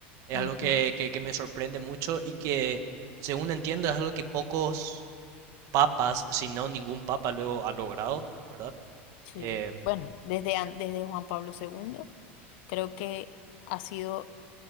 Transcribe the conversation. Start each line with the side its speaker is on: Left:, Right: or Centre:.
Right: Es
Left: Ujú,
Right: algo que, que- que me sorprende mucho y que, según entiendo, es algo que pocos papas, si no ningún papa, luego ha logrado, ¿verdad?
Left: sí.
Right: Eh,
Left: Bueno, desde, an- desde Juan Pablo segundo creo que ha sido